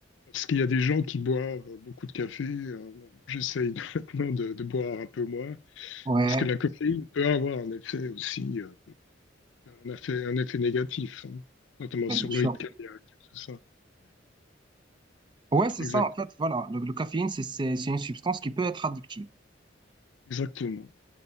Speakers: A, on the left; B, on the right.
A: Parce qu'il y a des gens qui boivent beaucoup de café. Euh, bon, j'essaye de- <laughs> maintenant de, de boire un peu moins,
B: Ouais,
A: parce que la caféine peut avoir un effet aussi, euh, un effet, un effet négatif, hein, notamment
B: ouais,
A: sur
B: bien sûr.
A: le rythme cardiaque, tout ça.
B: Ouais, c'est
A: Exact,
B: ça en fait, voilà. Le, le caféine, c'est c'est- c'est une substance qui peut être addictive.
A: exactement.